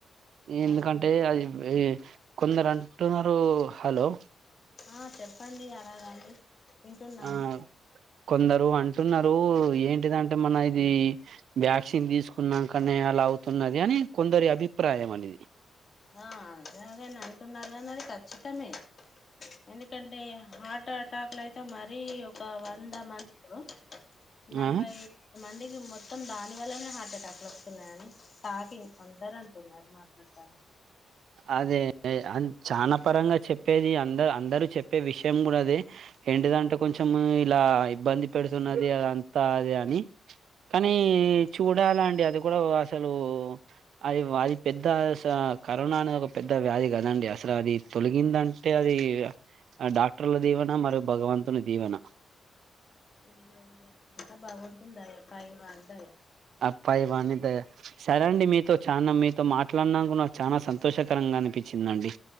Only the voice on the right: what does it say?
ఎందుకంటే
అది కొందరు అంటున్నారు హలో
ఆ కొందరు అం టున్నారు ఏంటిదంటే మన ఇది వ్యాక్సిన్ తీసుకున్నాకనే అలా అవుతున్నది అని కొందరి అభిప్రాయం అనేది
ఆ
అదే అన్ చానా పరంగా చెప్పేది అంద అందరూ చెప్పే విషయం గుడ అదే ఏంటిదంటే కొంచెం ఇలా ఇబ్బంది పెడుతున్నది అదంతా అది అని కానీ చూడాలండి అది కూడా అసలు అది అది పెద్ద సా కరోనా అనేది ఒక పెద్ద వ్యాధి కదండి అసలు అది తొలగిందంటే అది ఆ డాక్టర్ల దీవెన మరియు భగవంతుని దీవెన
ఆ పైవాని దయ సరే అండి మీతో చానా మీతో మాట్లాడి నాకు చానా సంతోషకరంగా అనిపించిందండి